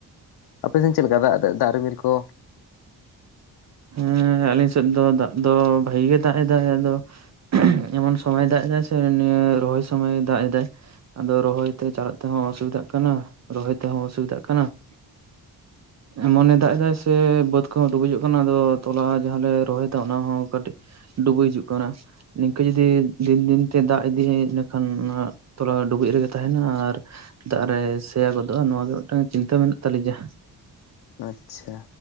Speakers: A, on the left (about 80°); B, on the right (about 45°).
A: ᱟᱯᱮ ᱥᱮᱫ ᱪᱮᱫ ᱞᱮᱠᱟ ᱫᱟᱜ ᱨᱤᱢᱤᱞ ᱠᱚ?
B: ᱦᱮᱸ ᱟᱞᱤᱧ ᱥᱮᱫ ᱫᱚ ᱫᱟᱜ ᱫᱚ ᱵᱷᱟᱜᱮ ᱜᱮ ᱛᱟᱦᱮᱸᱟᱭ ᱟᱫᱚ ᱮᱢᱚᱱ ᱥᱚᱢᱚᱭ ᱫᱟᱜ ᱫᱟ ᱥᱮ ᱱᱤᱭᱟᱹ ᱨᱚᱦᱚᱭ ᱥᱚᱢᱚᱭ ᱫᱟᱜ ᱮᱫᱟᱭ, ᱟᱫᱚ ᱨᱚᱦᱚᱭ ᱛᱮ ᱪᱟᱞᱟᱜ ᱛᱮ ᱦᱚᱸ ᱚᱥᱩᱵᱤᱫᱟᱜ ᱠᱟᱱᱟ ᱨᱚᱦᱚᱭ ᱛᱮ ᱦᱚᱸ ᱚᱥᱩᱵᱤᱫᱟᱜ ᱠᱟᱱᱟ ᱾ ᱮᱢᱚᱱᱮ ᱫᱟᱜ ᱮᱫᱟᱭ ᱥᱮ ᱵᱟᱹᱛ ᱠᱚ ᱰᱩᱵᱩᱡᱚᱜ ᱠᱟᱱᱟ ᱟᱫᱚ, ᱛᱚᱞᱟ ᱡᱟᱦᱟᱸᱞᱮ ᱨᱚᱦᱚᱭᱮᱫᱟ ᱚᱱᱟ ᱦᱚᱸ ᱠᱟᱹᱴᱤᱡ ᱰᱩᱵᱟᱹᱡ ᱦᱤᱡᱩᱜ ᱠᱟᱱᱟ᱾ ᱱᱤᱝᱠᱟᱹ ᱡᱩᱫᱤ ᱫᱤᱱ ᱫᱤᱱᱛᱮ ᱫᱟᱜ ᱤᱫᱤᱭᱟᱭ ᱤᱱᱟᱹᱠᱷᱟᱱ ᱱᱟᱦᱟᱜ ᱛᱚᱞᱟ ᱦᱚᱸ ᱰᱩᱵᱩᱡ ᱨᱮ ᱜᱮ ᱛᱟᱦᱮᱱᱟ ᱟᱨ ᱫᱟᱜ ᱨᱮ ᱥᱮᱭᱟ ᱜᱚᱫᱚᱜᱼᱟ ᱱᱚᱣᱟ ᱜᱮ ᱢᱤᱫᱴᱟᱝ ᱪᱤᱱᱛᱟᱹ ᱢᱮᱱᱟᱜ ᱛᱟᱹᱞᱤᱡᱟ᱾
A: ᱟᱪᱪᱷᱟ,